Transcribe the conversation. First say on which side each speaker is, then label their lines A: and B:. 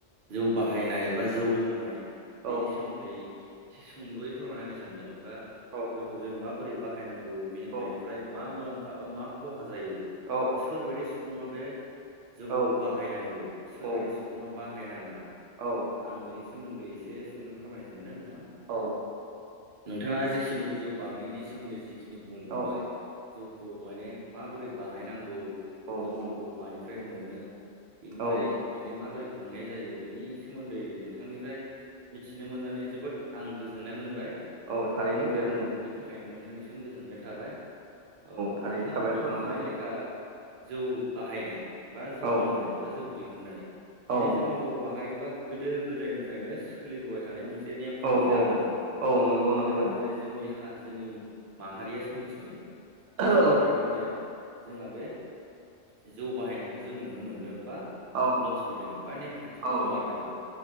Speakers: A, on the right; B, on the right.
A: जौ बाहायनाय बा जौ लोंनाय
B: औ
A: बेनि सोमोन्दै एसे सुंद'यै फोरमायना होनो सानदों बा
B: औ
A: जोंखौ जों माबोरै बाहायनांगौ
B: औ
A: मा मुलामा बा मा खहा जायो
B: औ
A: आरो सोर बायदि सुबुंङा बे जौखौ
B: औ
A: बाहायनांगौ सोरबायदि
B: औ
A: सुबुङा बाहायनाङा
B: औ
A: आं बेनि सोमोन्दै एसे सोंदों फोरमायनो सानदों नोंथां।
B: औ
A: नोंथाङा जिखिनि जौ बानायनायनि सोमोन्दै जिखिनि बुंबोबाय
B: औ
A: जौखौ माने माबोरै बानायनांगौ
B: औ
A: जोंखौ
B: औ
A: मानिफ्राय मोनो बेनिफ्राय
B: औ
A: माने माबोरै मोननाय जायो बेनि सोमोन्दै नोंथांनिफ्राय मिथिनो मोननानै जोबोद आं गोजोननाय मोनबाय।
B: औ थारैनो
A: बेनिफ्राय
B: गोजोनथों।
A: नों बेनि थाखायनो नोंथांनिसिम गोजोननाय थाबाय। औ
B: थारैनो
A: नोंथांङा
B: साबायखर
A: बुंबोखानाय
B: नोंथां
A: लेखा जौ बाहायनाय बा जौ
B: औ
A: लोंनाय बा जौ दिहुननाय बे
B: औ
A: जोंनि बर' माहारिनि बा गोदो गोदायनिफ्रायनो सोलिबोबाय थानाय मोनसे एसे नेमखान्थि
B: औ औ
A: आरोना
B: औ नंगौ नंगौ
A: जेब्लानिफ्राय जोंनि हा जोंनि माहारिया सोमजिदों बे
B: औ
A: समनिफ्रायनो माने जोंहा बे जौ बाहायनायखौ जों नुनो मोनदों।
B: औ
A: मिथि
B: औ
A: बा नेमान्थि दंङ
B: औ
A: आरो जोंहा